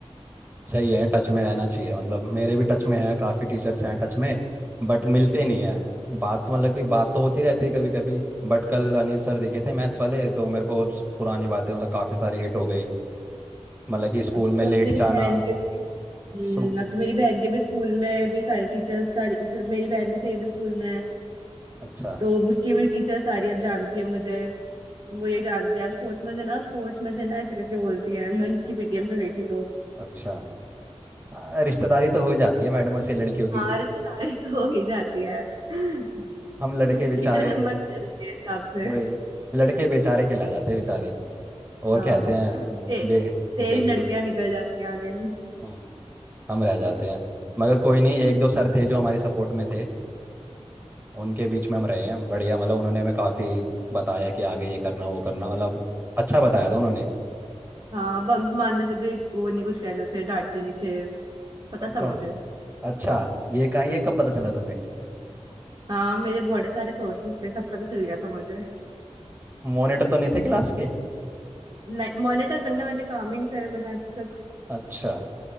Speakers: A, on the right (about 20°); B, on the right (about 45°).
A: सही है टच में रहना चाहिए मतलब मेरे भी टच में है काफ़ी टीचर्स हैं टच में बट मिलते नहीं है बात तो मतलब कि बात तो होती रहती है कभी कभी बट कल अनिल सर दिखे थे मैथ्स वाले तो मेरे को स- पुरानी बातें मतलब काफ़ी सारी हिट हो गई मतलब कि स्कूल
B: अब
A: में
B: तो
A: लेट
B: मेरी बहन
A: जाना
B: के भी हम्म,
A: सो
B: अब तो मेरी बहन के भी स्कूल में भी सारी टीचर्स सारी सिर्फ मेरी बहन भी सेम स्कूल में है
A: अच्छा
B: तो अब उसकी भी टीचर सारी अब जानती है मुझे वो ये जानती है आप स्पोर्ट्स में थे ना स्पोर्ट्स में थे ना ऐसे करके बोलती है मैं उसकी पीटीएम पे गई थी तो
A: अच्छा हाँ, रिश्तेदारी तो हो जाती है मैडमों से लड़कियों की
B: हाँ रिश्तेदारी तो हो ही जाती है <laughs> टीचर
A: हम लड़के बेचारे
B: नंबर भी दे देती है इस हिसाब से
A: वही लड़के बेचारे के ला जाते हैं बेचारे और
B: हाँ
A: कहते हैं
B: ते,
A: बे
B: तेज
A: बेटे
B: लड़कियां निकल जाती हैं आगे
A: हम्म हम रह जाते हैं मगर कोई नहीं एक दो सर थे जो हमारी सपोर्ट में थे उनके बीच में हम रहे हैं बढ़िया मतलब उन्होंने हमें काफ़ी बताया कि आगे ये करना वो करना मतलब अच्छा बताया था उन्होंने
B: हाँ बंक मारने से भी वो नहीं कुछ कहते थे डांटते नहीं थे पता
A: हम कहाँ
B: था मुझे
A: अच्छा ये कहाँ ये कब पता चला तुम्हें
B: हाँ मेरे बहुत सारे सोर्सेस थे सब पता चल गया था मुझे
A: मॉनिटर तो नहीं थे क्लास के
B: नहीं मॉनिटर बनने वाले काम ही नहीं करे मैंने आज तक
A: अच्छा